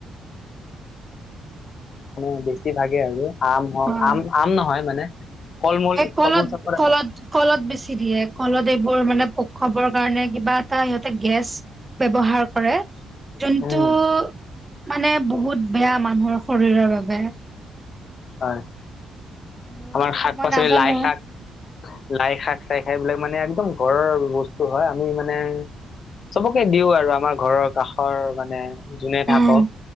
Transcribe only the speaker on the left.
মানে বেছি ভাগে আৰু আম হওক
আম- আম নহয় মানে। ফল মূল
ফল মূল চব
উম
হয়।
আমাৰ শাক
পাচলি
লাই শাক, লাই শাক চাই সেইবিলাক মানে একদম ঘৰৰ বস্তু হয় আমি মানে চবকে দিও আৰু আমাৰ ঘৰৰ কাষৰ মানে যোনে
থাকক